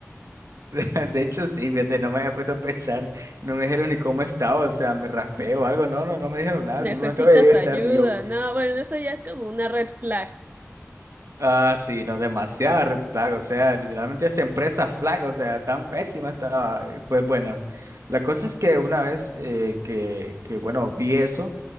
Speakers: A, on the right; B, on the right.
A: <laughs> de hecho sí, fíjate, no me había puesto a pensar, no me dijeron ni cómo estaba, o sea, me raspé o algo, no, no, no me dijeron nada,
B: Necesitas
A: simplemente voy a llegar
B: ayuda,
A: tarde y yo.
B: no, bueno, eso ya es como una red flag.
A: Ah, sí, no, demasiada red flag, o sea, literalmente esa empresa flag, o sea, tan pésima estaba. y Pues bueno, la cosa es que una vez eh, que, que, bueno, vi eso,